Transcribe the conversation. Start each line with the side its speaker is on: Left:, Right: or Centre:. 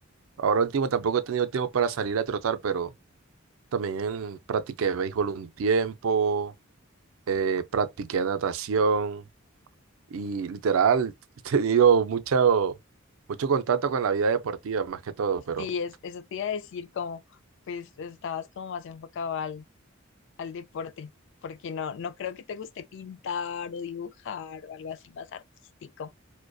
Right: Ahora último tampoco he tenido tiempo para salir a trotar, pero también practiqué béisbol un tiempo, eh, practiqué natación y literal <laughs> he tenido mucho, mucho contacto con la vida deportiva más que todo, pero...
Left: Sí, es, eso te iba a decir, como pues estabas como más enfocado al, al deporte, porque no, no creo que te guste pintar o dibujar o algo así más artístico.